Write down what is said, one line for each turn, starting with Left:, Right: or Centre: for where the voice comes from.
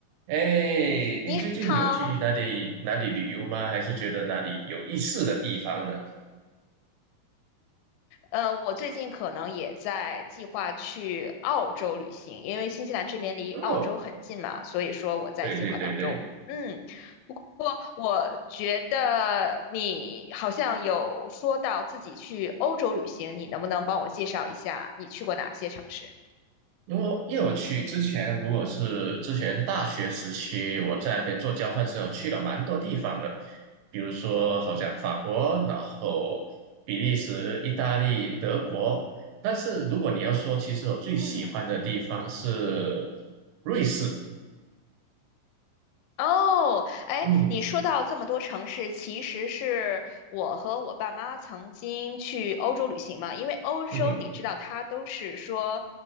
Right: 哎，你最近有去哪里哪里旅游吗？
Left: 你好，
Right: 还是觉得哪里有意思的地方呢？
Left: 呃，我最近可能也在计划去澳洲旅行，因为新西兰这边离澳洲很近嘛，
Right: 哦，
Left: 所以说我在计划当中。
Right: 对对对对，
Left: 嗯，不过我觉得你好像有说到自己去欧洲旅行，你能不能帮我介绍一下你去过哪些城市？
Right: 因为我因为我去之前，如果是之前大学时期，我在那边做交换生，我去了蛮多地方的，比如说好像法国，然后比利时、意大利、德国。但是如果你要说，其实我最喜欢的地方是
Left: 嗯。
Right: 瑞士。
Left: 哦，哎，
Right: 嗯
Left: 你说到这么多城市，其实是我和我爸妈曾经去欧洲旅行嘛。因为欧洲你知道，
Right: 嗯哼，
Left: 它都是说，